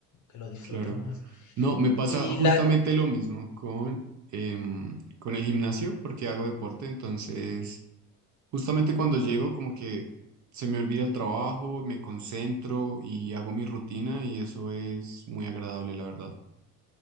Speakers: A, on the left (about 40°); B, on the right (about 40°).
A: que lo disfrutas
B: claro.
A: más.
B: No, me pasa
A: Y
B: justamente
A: la,
B: lo mismo con, em, con el gimnasio porque hago deporte, entonces justamente cuando llego como que se me olvida el trabajo, me concentro y hago mi rutina y eso es muy agradable, la verdad.